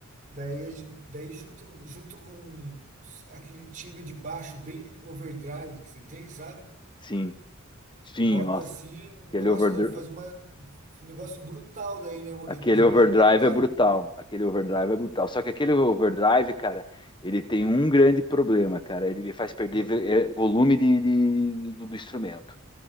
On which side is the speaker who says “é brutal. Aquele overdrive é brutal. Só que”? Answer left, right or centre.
Left